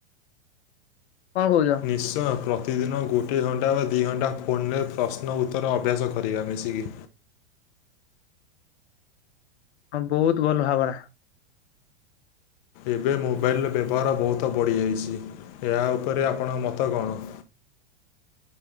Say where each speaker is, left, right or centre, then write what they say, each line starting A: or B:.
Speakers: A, on the left; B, on the left.
A: କଁ କଉଚ।
B: ନିଶ୍ଚୟ ପ୍ରତିଦିନ ଗୋଟିଏ ଘଣ୍ଟା ବା ଦି ଘଣ୍ଟା ଫୋନ୍ ରେ ପ୍ରଶ୍ନ ଉତ୍ତର ଅଭ୍ୟାସ କରିବା ମିଶିକି।
A: ହଁ ବୋହୁତ ଭଲ ଭାବନା।
B: ଏବେ ମୋବାଇଲର ବ୍ୟବହାର ବହୁତ ବଢ଼ିଯାଇଛି ଏହା ଉପେରେ ଆପଣଙ୍କ ମତ କଣ।